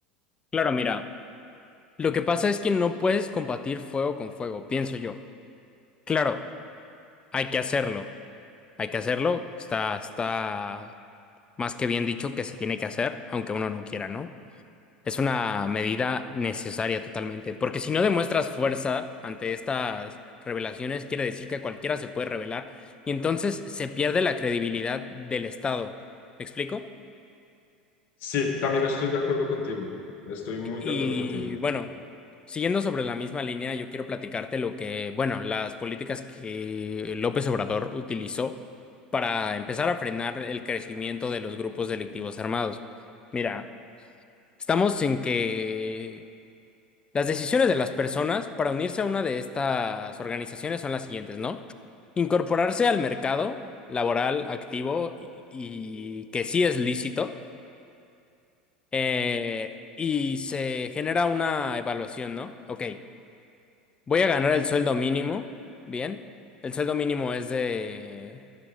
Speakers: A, on the left; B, on the left.
A: Claro, mira, lo que pasa es que no puedes combatir fuego con fuego, pienso yo. Claro, hay que hacerlo, hay que hacerlo, está, está más que bien dicho, que se tiene que hacer, aunque uno no quiera, ¿no? Es una medida necesaria totalmente, porque si no demuestras fuerza ante estas revelaciones, quiere decir que cualquiera se puede revelar y entonces se pierde la credibilidad del Estado. ¿Me explico?
B: Sí, también estoy de acuerdo contigo, estoy muy
A: Y
B: de acuerdo contigo.
A: bueno, siguiendo sobre la misma línea, yo quiero platicarte lo que, bueno, las políticas que López Obrador utilizó para empezar a frenar el crecimiento de los grupos delictivos armados. Mira, Estamos en que las decisiones de las personas para unirse a una de estas organizaciones son las siguientes, ¿no? Incorporarse al mercado laboral activo y, y que sí es lícito, eh, y se genera una evaluación, ¿no? Ok, voy a ganar el sueldo mínimo, bien. El sueldo mínimo es de,